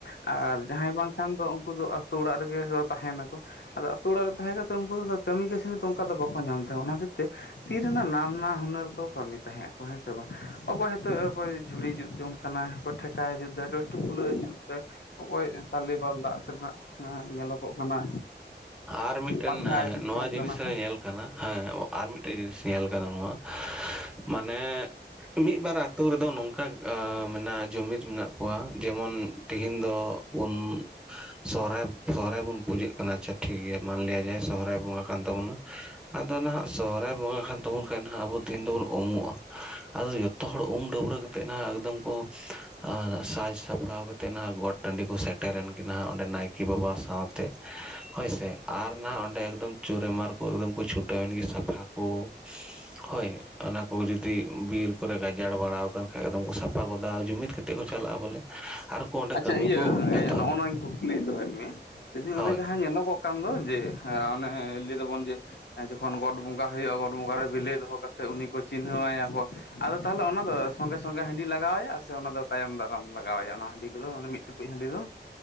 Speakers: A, on the left; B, in the centre.
A: ᱟᱨ ᱡᱟᱦᱟᱸᱭ ᱵᱟᱝᱠᱷᱟᱱ ᱫᱚ ᱩᱱᱠᱩ ᱫᱚ ᱟᱛᱩ ᱚᱲᱟᱜ ᱨᱮᱜᱮ ᱛᱟᱦᱮᱱᱟᱠᱚ᱾ ᱟᱫᱚ ᱟᱛᱳ ᱚᱲᱟᱜ ᱨᱮ ᱛᱟᱦᱮᱸ ᱠᱟᱛᱮᱫ ᱩᱱᱠᱩ ᱠᱟᱹᱢᱤ ᱠᱟᱹᱥᱱᱮᱛ ᱚᱱᱠᱟ ᱫᱚ ᱵᱟᱠᱚ ᱧᱟᱢ ᱛᱟᱦᱮᱸᱜᱼᱟ, ᱚᱱᱟ ᱠᱷᱟᱹᱛᱤᱨ ᱛᱮ ᱛᱤ ᱨᱮᱱᱟᱜ ᱱᱟᱱᱟᱱᱟ ᱦᱩᱱᱟᱹᱨ ᱠᱚ ᱠᱟᱹᱢᱤ, ᱛᱟᱦᱮᱸ ᱟᱠᱚ ᱦᱮᱸ ᱥᱮ ᱵᱟᱝ, ᱚᱠᱚᱭ ᱦᱤᱛᱚᱜ ᱚᱠᱚᱭ ᱡᱷᱩᱲᱤ ᱡᱩᱛ ᱡᱚᱝ ᱠᱟᱱᱟᱭ, ᱚᱠᱚᱭ ᱴᱷᱮᱠᱟ ᱡᱩᱛ ᱮᱫᱟ, ᱴᱩᱯᱞᱟᱹᱜ ᱮ ᱡᱩᱫ ᱫᱟᱭ, ᱚᱠᱚᱭ ᱛᱟᱞᱮᱵᱟᱞ ᱫᱟᱜ ᱥᱮᱱᱟᱜ ᱧᱮᱞᱚᱜᱚᱜ ᱠᱟᱱᱟ,
B: ᱟᱨ ᱢᱤᱫᱴᱮᱱ
A: ᱯᱟᱝᱠᱷᱟ
B: ᱦᱮᱸ
A: ᱡᱩᱜ
B: ᱱᱚᱣᱟ
A: ᱡᱚᱝ
B: ᱡᱤᱱᱤᱥ
A: ᱠᱟᱱᱟ ᱦᱮᱸᱥᱮ᱾
B: ᱨᱮ ᱧᱮᱞ ᱦᱮᱸ ᱟᱨ ᱢᱤᱫᱴᱮᱡ ᱡᱤᱱᱤᱥ ᱧᱮᱞ ᱠᱟᱱᱟ ᱱᱚᱣᱟ, ᱢᱟᱱᱮ ᱢᱤᱫᱵᱟᱨ ᱟᱛᱳ ᱨᱮᱫᱚ ᱱᱚᱝᱠᱟ ᱢᱮᱱᱟᱜ ᱡᱩᱢᱤᱫ ᱢᱮᱱᱟᱜ ᱠᱚᱣᱟ, ᱡᱮᱢᱚᱱ ᱛᱮᱦᱤᱧ ᱫᱚ ᱵᱩᱱ ᱥᱚᱦᱨᱟᱭ ᱥᱚᱦᱨᱟᱭ ᱵᱚᱱ ᱯᱩᱡᱟᱹᱜ ᱠᱟᱱᱟ, ᱪᱮᱫ ᱴᱷᱤᱠ ᱜᱮᱭᱟ ᱢᱟᱱᱞᱤᱭᱟ ᱥᱚᱦᱨᱟᱭ ᱵᱚᱸᱜᱟ ᱠᱟᱱ ᱛᱟᱵᱚᱱᱟ ᱾ᱟᱫᱚ ᱱᱟᱦᱟᱜ ᱥᱚᱦᱚᱨᱟᱭ ᱵᱚᱸᱜᱟ ᱠᱷᱟᱱ ᱛᱟᱵᱚᱱ ᱠᱷᱟᱱ ᱦᱟᱸᱜ ᱟᱵᱚ ᱛᱮᱦᱮᱧ ᱫᱚᱵᱚᱱ ᱩᱢᱚᱜᱼᱟ ᱟᱫᱚ ᱡᱚᱛᱚ ᱦᱚᱲ ᱩᱢ ᱰᱟᱹᱵᱨᱟᱹ ᱠᱟᱛᱮ ᱛᱮ ᱱᱟᱦᱟᱜ ᱮᱠᱫᱚᱢ ᱠᱚ ᱟᱸ ᱥᱟᱡᱽ ᱥᱟᱯᱲᱟᱣ ᱠᱟᱛᱮ ᱱᱟᱦᱟᱜ ᱜᱚᱴ ᱴᱟᱺᱰᱤ ᱠᱚ ᱥᱮᱴᱮᱨᱮᱱ ᱠᱤᱱᱟ ᱚᱸᱰᱮ ᱱᱟᱭ ᱠᱮ ᱵᱟᱵᱟ ᱥᱟᱶᱛᱮ ᱦᱳᱭ ᱥᱮ ᱟᱨ ᱱᱟᱦᱟᱜ ᱚᱸᱰᱮ ᱮᱠᱫᱚᱢ ᱪᱳᱨᱮᱢᱟᱨ ᱠᱚ ᱮᱠᱫᱚᱢ ᱠᱚ ᱪᱷᱩᱴᱟᱹᱣᱮᱱ ᱜᱮ ᱥᱟᱯᱷᱟ ᱠᱚ ᱦᱳᱭ ᱚᱱᱟᱠᱚ ᱡᱩᱫᱤ ᱵᱤᱨ ᱠᱚᱨᱮ ᱜᱟᱡᱟᱲ ᱵᱟᱲᱟᱣ ᱠᱟᱱ ᱠᱷᱟᱡ ᱮᱠᱫᱚᱢ ᱠᱚ ᱥᱟᱯᱷᱟ ᱜᱚᱫᱟ ᱡᱩᱢᱤᱫ ᱠᱟᱛᱮ ᱛᱮᱫ ᱠᱚ ᱪᱟᱞᱟᱜᱼᱟ ᱵᱚᱞᱮ᱾ ᱟᱨᱠᱚ ᱚᱸᱰᱮ
A: ᱟᱪᱪᱷᱟ
B: ᱠᱟᱹᱢᱤ
A: ᱤᱭᱟᱹ
B: ᱠᱚ
A: <unintelligible>
B: ᱮᱛᱚᱦᱚᱵᱟ
A: ᱱᱚᱜᱼᱚ ᱱᱚᱣᱟᱧ ᱠᱩᱠᱞᱤ ᱫᱚᱦᱚᱭᱮᱫ ᱢᱮ ᱞᱟᱹᱭᱫᱤᱧ ᱚᱱᱮ
B: ᱦᱳᱭ
A: ᱡᱟᱦᱟᱸ ᱧᱮᱞᱚᱜᱚᱜ ᱠᱟᱱ ᱫᱚ ᱡᱮ ᱦᱮᱸ ᱚᱱᱮ ᱞᱟᱹᱭ ᱫᱚᱵᱚᱱ ᱡᱮ ᱮᱸ ᱡᱚᱠᱷᱚᱱ ᱜᱚᱴ ᱵᱚᱸᱜᱟ ᱦᱩᱭᱩᱜᱼᱟ ᱜᱚᱴ ᱵᱚᱸᱜᱟ ᱨᱮ ᱵᱤᱞᱤ ᱫᱚᱦᱚ ᱠᱟᱛᱮᱫᱜ ᱩᱱᱤ ᱠᱚ ᱪᱤᱱᱦᱟᱹᱣᱟᱭᱟ ᱠᱚ ᱟᱫᱚ ᱛᱟᱦᱚᱞᱮ ᱚᱱᱟ ᱫᱚ ᱥᱚᱸᱜᱮ ᱥᱚᱸᱜᱮ ᱦᱟᱺᱰᱤ ᱞᱟᱜᱟᱣ ᱟᱭᱟ ᱥᱮ ᱚᱱᱟ ᱫᱚ ᱛᱟᱭᱚᱢ ᱫᱟᱨᱟᱢ ᱞᱟᱜᱟᱣ ᱟᱭᱟ ᱚᱱᱟ ᱦᱟᱺᱰᱤ ᱠᱚᱫᱚ ᱚᱱᱟ ᱢᱤᱫ ᱴᱩᱠᱩᱡ ᱦᱟᱺᱰᱤ ᱫᱚ?